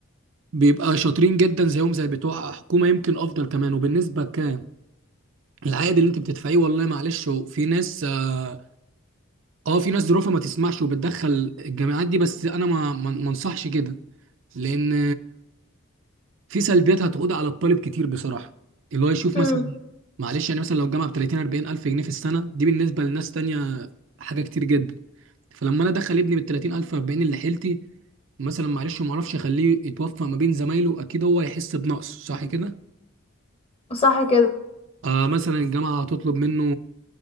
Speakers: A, on the right; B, on the left.
A: بيبقى شاطرين جدا زيهم زي بتوع حكومه يمكن افضل كمان وبالنسبه ك العائد اللي انت بتدفعيه والله معلش هو في ناس اه آه، في ناس ظروفها ما تسمحش وبتدخل الجامعات دي بس انا ما ما ما انصحش كده لان في سلبيات هتعود على الطالب كتير بصراحه اللي هو يشوف
B: مم.
A: مثلا معلش يعني مثلا لو الجامعه ب 30 40 الف جنيه في السنه دي بالنسبه لناس تانية حاجه كتير جدا فلما انا ادخل ابني بال 30 الف 40 اللي حيلتي مثلا معلش ما اعرفش اخليه يتوفق ما بين زمايله اكيد هو هيحس بنقص صح كده
B: صح كده
A: آه مثلا الجامعه هتطلب منه